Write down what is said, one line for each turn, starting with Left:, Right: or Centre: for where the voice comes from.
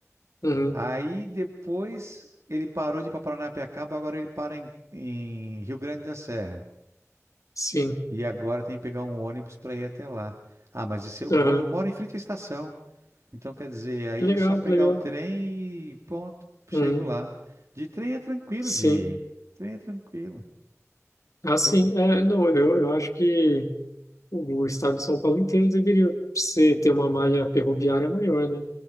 Left: Uhum.
Right: Aí depois ele parou de ir para Paranapiacaba, agora ele para em, em Rio Grande da Serra.
Left: Sim.
Right: E agora tem que pegar um ônibus para ir até lá. Ah, mas e se eu
Left: Uhum.
Right: vou, eu moro em frente à estação. Então quer dizer, aí
Left: Que
Right: é
Left: legal,
Right: só pegar
Left: que legal.
Right: o trem e ponto, chego
Left: Uhum.
Right: lá. De trem é tranquilo
Left: Sim.
Right: de ir. Trem é tranquilo.
Left: Ah, sim.
Right: Eu
Left: É, não, eu, eu acho que o estado de São Paulo inteiro deveria ser, ter uma malha ferroviária maior, né?